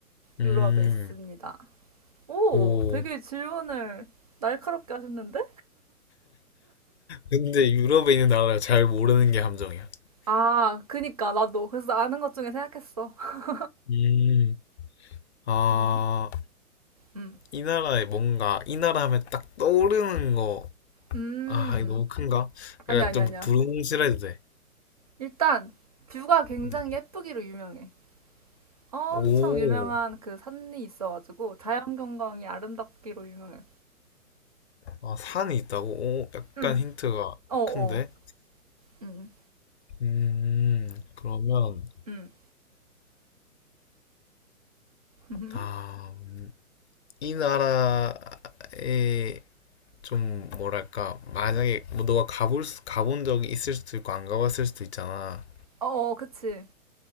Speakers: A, on the left; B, on the right.
A: 음,
B: 유럽에 있습니다. 오,
A: 오.
B: 되게 질문을 날카롭게 하셨는데?
A: 근데 유럽에 있는 나라를 잘 모르는 게 함정이야.
B: 아, 그니까, 나도. 그래서 아는 것 중에 생각했어. <laughs>
A: 음, 아,
B: 음. 음.
A: 이 나라에 뭔가 이 나라 하면 딱 떠오르는 거.
B: 음.
A: 아, 이거 너무 큰가?
B: 아니야,
A: 약간
B: 아니야,
A: 좀
B: 아니야.
A: 두루뭉실해도 돼.
B: 일단, 뷰가 굉장히
A: 음.
B: 예쁘기로 유명해. 엄청
A: 오,
B: 유명한 그 산이 있어가지고, 자연경관이 아름답기로 유명해.
A: 아, 산이 있다고? 오, 약간
B: 음.
A: 힌트가
B: 어어.
A: 큰데?
B: 음.
A: 음, 그러면,
B: 음. 음.
A: 아,
B: <laughs>
A: 음, 이 나라에 좀, 뭐랄까, 만약에 뭐 너가 가볼, 수- 가본 적이 있을 수도 있고, 안 가봤을 수도 있잖아.
B: 어어, 그치.